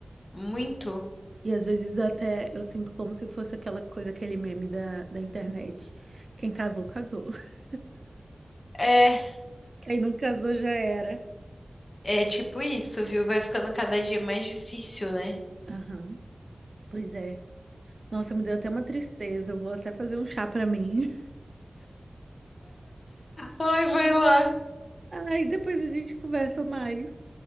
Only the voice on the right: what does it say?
E às vezes até eu sinto como se fosse aquela coisa, aquele meme da, da internet. Quem casou, casou. <laughs>
Quem não casou já era.
Aham, pois é. Nossa, me deu até uma tristeza. Eu vou até fazer um chá pra mim.
<laughs> Ai, depois a gente conversa mais.